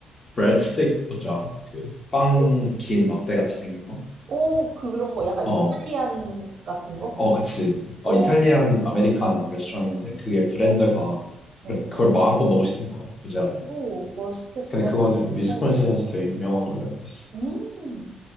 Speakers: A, on the left; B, on the right.
A: 브레드 스틱 뭐지 알아? 그빵
B: 오,
A: 긴 막대 같이 생긴 거?
B: 오, 그런 거 약간
A: 어,
B: 이탈리안 같은 거?
A: 어, 그치. 어,
B: 어,
A: 이탈리안 아메리칸 레스토랑인데 그게 브랜드가
B: 어, 어.
A: 그- 그걸 마음껏 먹을 수 있는 거야. 보지 않
B: 오, 맛있겠다.
A: 근데 그거는
B: 그거를.
A: 위스콘신에서 되게 유명한 걸로 알고 있어.
B: 음.